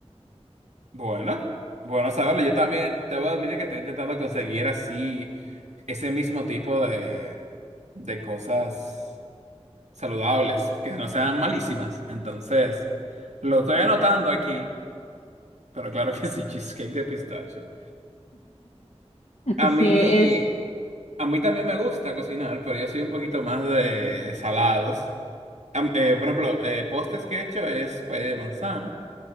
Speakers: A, on the right; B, on the left.
A: Bueno, bueno saberlo. Yo también te voy a admitir que estoy intentando conseguir así ese mismo tipo de, de cosas saludables, que no sean malísimas. Entonces, lo estoy anotando aquí, pero claro que sí, <laughs> cheesecake de pistache.
B: <laughs>
A: A
B: Sí,
A: mí,
B: es,
A: a mí también me gusta cocinar, pero yo soy un poquito más de salados. Am- eh, por ejemplo, eh, postres que he hecho es pay de manzana.